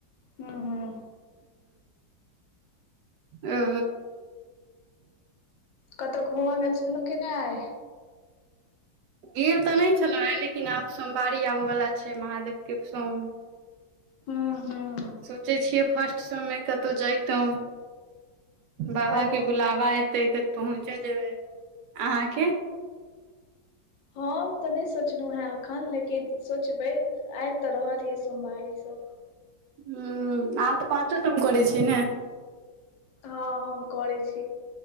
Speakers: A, on the left; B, on the right.
A: हूँ हूँ
B: ह आ
A: कतौ घूमऽ गेल छलौ कि नहि आय
B: गेल तऽ नहि छलौ आय लेकिन आब सोमवारी आबय वला छै महादेवके सोम
A: हू हँ
B: सोचै छियै फर्स्ट सोम मे कतहु जैतो बाबा
A: बढ़िआँ
B: के बुलाबा एते तऽ पहुँचे जेबै अहाँके
A: हम तऽ नहि सोचलहुँ हेँ एखन लेकिन सोचबै आबि तऽ रहल य सोमवारीसभ
B: ह अहाँ तऽ पाँचो सोम करै छी ने
A: हँ हम करै छी